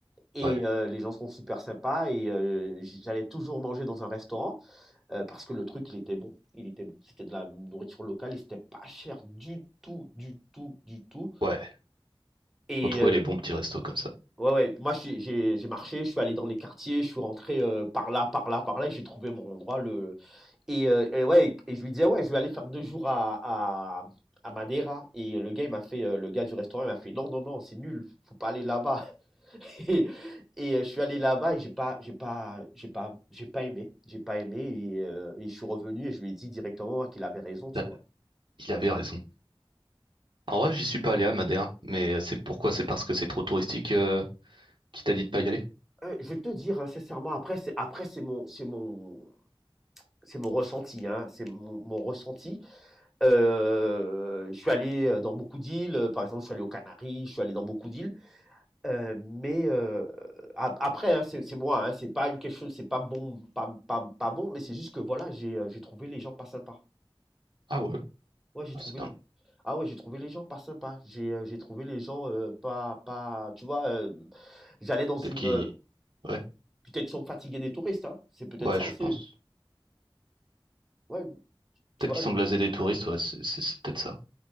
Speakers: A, in the centre; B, on the right (about 60°).
A: Et
B: ouais,
A: euh, les gens sont super sympas et euh, j- j'allais toujours manger dans un restaurant. Euh, parce que le truc, il était bon. Il était bon. C'était de la nourriture locale et c'était pas cher du tout, du tout, du tout.
B: ouais.
A: Et
B: Faut trouver
A: euh,
B: les bons petits restos comme ça.
A: ouais, ouais, moi j'ai j'ai- j'ai marché, je suis allé dans les quartiers, je suis rentré euh, par là, par là, par là, et j'ai trouvé mon endroit. Le... Et, euh, et ouais, et, et je lui disais, ouais, je vais aller faire deux jours à, à, à Madeira. Et le gars, il m'a fait, euh, le gars du restaurant, il m'a fait, non, non, non, c'est nul, faut pas aller là-bas. <laughs> Et, et, euh, je suis allé là-bas et j'ai pas, j'ai pas, j'ai pas, j'ai pas aimé, j'ai pas aimé et, euh, et je suis revenu et je lui ai dit directement qu'il avait raison, tu
B: Bah,
A: vois.
B: Il avait raison. En vrai, j'y suis pas allé à Madère, mais c'est pourquoi? C'est parce que c'est trop touristique euh, qui t'a dit de pas y aller?
A: Euh, je vais te dire hein, sincèrement, après c'est après c'est mon c'est mon c'est mon ressenti, hein, c'est mon, mon ressenti. Euh, je suis allé euh, dans beaucoup d'îles, euh, par exemple, je suis allé aux Canaries, je suis allé dans beaucoup d'îles, euh, mais euh, ap- après, hein, c'est c'est moi, hein, c'est pas une quelque chose, c'est pas bon, pas, pas, pas bon, mais c'est juste que voilà, j'ai euh, j'ai trouvé les gens pas sympas.
B: Ah ouais,
A: Ouais, j'ai
B: Ah,
A: trouvé
B: c'est dingue.
A: le... Ah ouais, j'ai trouvé les gens pas sympas. J'ai euh, j'ai trouvé les gens euh, pas pas tu vois euh, j'allais dans une
B: Peut-être qu'il...
A: euh,
B: Ouais,
A: peut-être sont fatigués des touristes hein. C'est peut-être
B: ouais,
A: ça
B: je
A: aussi.
B: pense.
A: Ouais,
B: Peut-être
A: tu vois,
B: qu'ils sont blasés des touristes, ouais, c'est c'est- c'est peut-être ça.